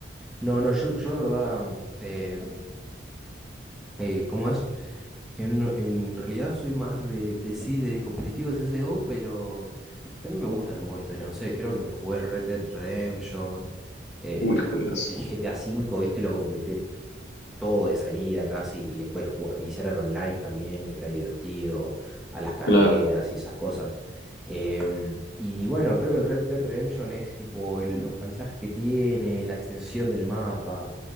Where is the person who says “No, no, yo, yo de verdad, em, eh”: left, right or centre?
Centre